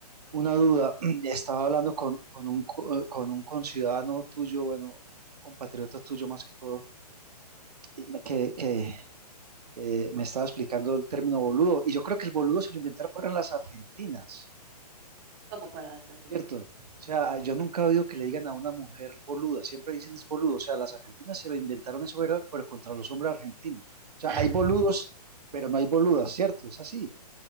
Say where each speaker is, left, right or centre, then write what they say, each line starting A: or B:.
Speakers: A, on the right (about 70°); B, on the right (about 30°).
A: una duda. <clears throat> Estaba hablando con, con un, co- eh, con un conciudadano tuyo, bueno, compatriota tuyo más que todo, y me- que, que, que me estaba explicando el término boludo. Y yo creo que el boludo se lo inventaron fueron las argentinas.
B: como para las argentinas.
A: Cierto. O sea, ah, yo nunca he oído que le digan a una mujer boluda, siempre dicen es boludo. O sea, las argentinas se inventaron eso, pero, pero contra los hombres argentinos. O sea,
B: <laughs>
A: hay boludos, pero no hay boludas, ¿cierto? Es así.